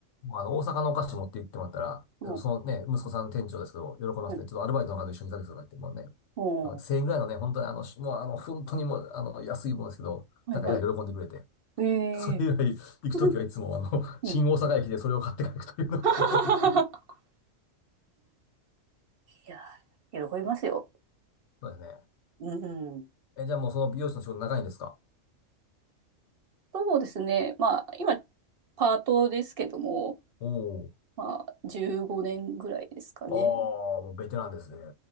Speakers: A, on the left; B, on the right.
A: あの、大阪のお菓子持って行ってもらった
B: うん。
A: ら、そのね、息子さん店長ですけど、喜びますね。
B: はい。
A: ちょっとアルバイトの方と一緒に行かせてくださいって、もうね、
B: おー
A: あの1000円ぐらいのね、本当にあの、しもうあの、本当にもう、あの、安いものですけど、
B: はいはい。
A: なんかやや喜んでくれて。
B: え
A: それ以来、
B: え
A: 行くときはいつもあの、
B: <laughs>
A: <laughs>
B: うん。
A: 新大阪駅でそれを買って帰るというのが定番ですけど。
B: <laughs> いやー、喜びますよ。
A: そうですね。
B: うん。
A: え、じゃあもうその美容師の仕事長いんですか
B: そうですね。まあ、今、パートですけども、
A: お
B: まあ、15年ぐらいですかね。
A: お。ああ、もうベテランですね。